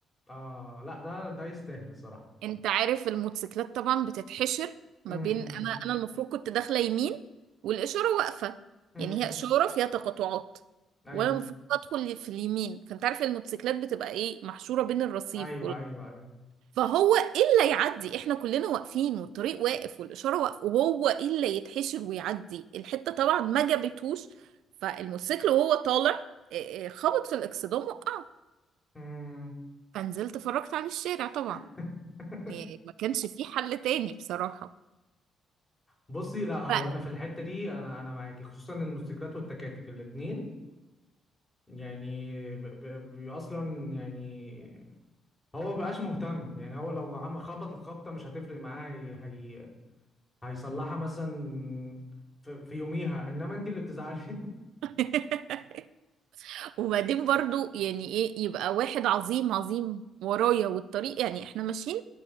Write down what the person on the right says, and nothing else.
انت عارف الموتوسيكلات طبعا بتتحشر ما
بين
انا انا المفروض كنت داخلة يمين والاشارة واقفة
يعني هي اشارة فيها تقاطعات
وانا المفروض ادخل في اليمين فانت عارف الموتوسيكلات بتبقى ايه محشورة بين الرصيف
فهو ايه اللي يعدي احنا كلنا واقفين والطريق واقف والاشاره واقف وهو ايه اللي يتحشر ويعدي الحته طبعا ما جابتهوش فالموتوسيكل وهو طالع إيه إيه، خبط في الاكسدام وقع
فنزلت اتفرجت على الشارع طبعا
يعني ما كانش في حل تاني بصراحه
ف...
<laughs> وبعدين برضو يعني ايه يبقى واحد عظيم عظيم ورايا والطريق يعني احنا ماشيين